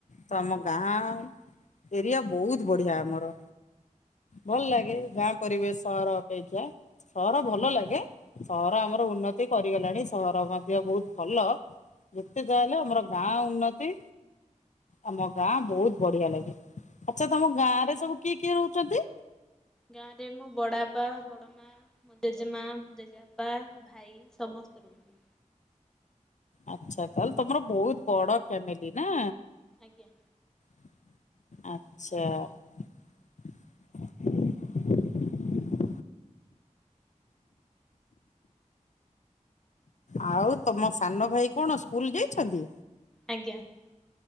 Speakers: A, on the left (about 65°); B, in the centre.
A: ତ ଆମ ଗାଁ ଏରିଆ ବହୁତ ବଢି଼ଆ ଆମର ଭଲ୍
B: ଆଜ୍ଞା
A: ଲାଗେ ଗାଁ। ପରିବେଶ ସହର ଅପେକ୍ଷା ସହର ଭଲ ଲାଗେ ସହର ଆମର ଉନ୍ନତି କରିଗଲାଣି ସହର ମଧ୍ୟ ବହୁତ ଭଲ। ଯେତେ ଯହା ହେଲେ ଆମର ଗାଁ ଉନ୍ନତି ଆମ ଗାଁ ବହୁତ ବଢି଼ଆ ଲାଗେ। ଆଚ୍ଛା ତମ
B: ଆଜ୍ଞା
A: ଗାଁ ରେ ସବୁ କିଏ କିଏ ରହୁଛନ୍ତି।
B: ଗାଁ ରେ ମୋ ବଡ଼ ବାପା, ବଡ଼ ମା ମ ଜେଜେମା, ଜେଜେବାପା, ଭାଇ ସମସ୍ତେ ରହୁଛନ୍ତି।
A: ଆଚ୍ଛା ତାହେଲେ ତମର ବହୁତ ବଡ଼ ଫ୍ୟାମିଲି ନା।
B: ଆଜ୍ଞା।
A: ଆଚ୍ଛା। ଆଉ ତମ ସାନଭାଇ କଣ ସ୍କୁଲ ଯାଉଛନ୍ତି?
B: ଆଜ୍ଞା